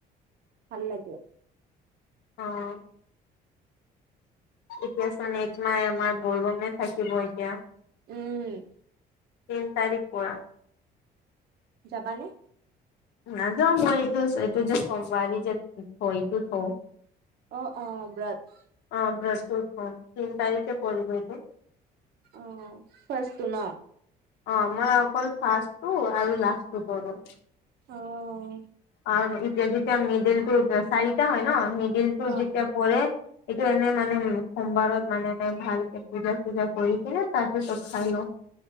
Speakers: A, on the right (about 70°); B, on the left (about 85°).
A: ভাল লাগে।
B: অঁ। এতিয়া চোন এক মাহ এমাহ বলবমে থাকিব এতিয়া।
A: উম।
B: তিন তাৰিখ পৰা।
A: যাবানে?
B: নাযাওঁ মই এইটো এইটো জাষ্ট সোমবাৰে যে থয় এইটো থওঁ।
A: অঁ অঁ ব্ৰত।
B: অঁ ব্ৰতটো থওঁ, তিন তাৰিখে পৰিব এইটো।
A: অঁ ফাৰ্ষ্টটো না?
B: অঁ মই অকল ফাৰ্ষ্টটো আৰু লাষ্টটো কৰোঁ।
A: অহ।
B: আৰু এতিয়া যেতিয়া মিডিলটো চাৰিটা হয় ন মিডিলটো
A: অ
B: যেতিয়া পৰে এইটো এনে মানে উম সোমবাৰত মানে এনে ভালকে পূজা চূজা কৰি কিনে তাৰ পিছত খাই লওঁ।